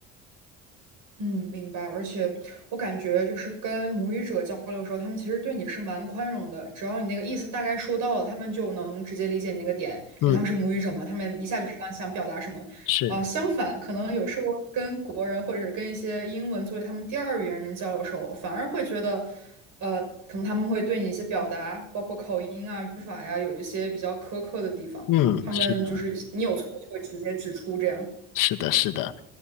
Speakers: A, on the right; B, on the left.
A: 嗯，明白。而且我感觉就是跟母语者交流的时候，他们其实对你是蛮宽容的，只要你那个意思大概说到了，他们就能直接理解你那个点，
B: 嗯，
A: 因为他们是母语者嘛，他们一下就知道你想表达什么。
B: 是，
A: 啊、相反，可能有时候跟国人或者是跟一些英文作为他们第二语言人交流的时候，反而会觉得，呃，可能他们会对你一些表达，包括口音啊、语法呀，有一些比较苛刻的地方，
B: 嗯，
A: 他们就是你有错就会直接指出这样。
B: 是的。是的，是的，